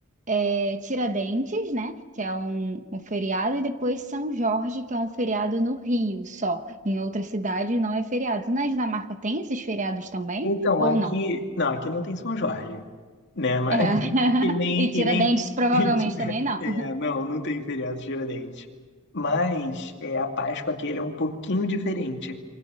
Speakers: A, on the right (about 35°); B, on the left (about 50°).
A: é... Tiradentes, né? Que é um... um feriado, e depois São Jorge, que é um feriado no Rio só. Em outras cidades não é feriado. Na Dinamarca tem esses feriados também?
B: Então,
A: Ou
B: aqui.
A: não?
B: Não, aqui não tem São Jorge, né? Mas,
A: É. <laughs>
B: <laughs> e nem.
A: E
B: E
A: Tiradentes
B: nem
A: provavelmente
B: <laughs>
A: também não.
B: é, não, não tem feriado de Tiradentes. Mas é, a Páscoa aqui ele é um pouquinho diferente.